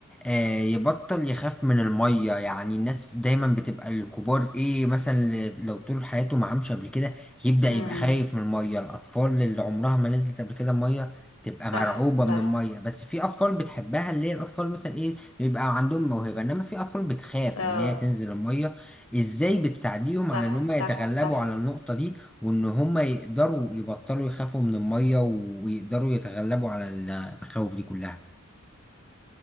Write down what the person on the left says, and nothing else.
امم
صح
صح
اه
صح
صح صح